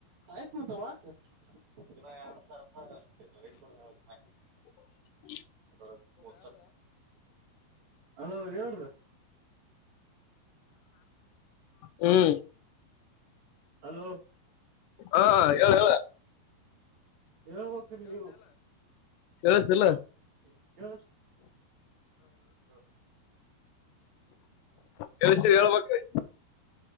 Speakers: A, on the right (about 55°); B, on the left (about 80°).
A: ಆಯ್ತ್ ಮಂತಕ ಎರಡ್ ಸಾವಿ
B: ಹ
A: ಅದ ಮೂ ಹೆಲೋ ಹೇಳ್ರಿ
B: ಹ್ಮ
A: ಹಲೋ
B: ಹಾ ಹ ಹೇಳ ಹೇಳ
A: ಹೇಳ್ಬೇಕ್ರಿ ನೀವು
B: ಕೇಳಿಸತಿಲ್ಲ
A: ಜ ಹ
B: ಕೇಳಿಸಿ ಹೇಳ್ಬೇಕ್ರಿ